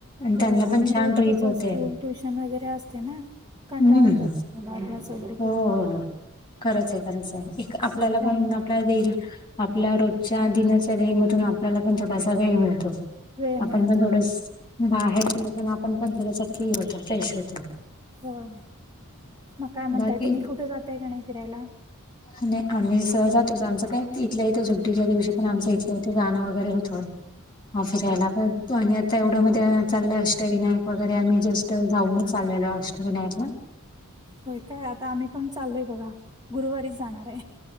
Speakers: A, on the right; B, on the left.
A: होय
B: त्यांना
A: आणि
B: पण छान
A: रोज
B: ट्रीप
A: कसं
B: होते
A: स्कूल ट्युशन वगैरे असते ना कंटाळून
B: हम्म
A: जातात. ह.
B: हो हो हो खरंच आहे खरंच आहे एक आपल्याला
A: त्यामुळे
B: पण दे आपल्या रोजच्या दिनाच्या वेळेमधून आपल्याला पण थोडासा वेळ मिळतो.
A: वेळ
B: आपण
A: मिळतो
B: पण थोडस बाहेर निेतो आपण पण थोडस फील होत फ्रेश होत.
A: होय मग काय म्हणताय
B: बाकी
A: तुम्ही कुठे जातय घाणे फिरायला
B: आणि आम्ही सह जातोच आमं काय इथलं येतं सुट्टीच्या दिवशी पण आमच इथलं य. ते गाणं वगैरे होतं. हा फिरायला पण आणि आता एवढ्या मध्ये चाललं अष्टविनायक वगैरे आम्हीस्. तर जाऊनच आलेलं अष्टविनायकला
A: होय काय आता आम्ही पण चालूय बघा गुरुवारीच जाणार आहे.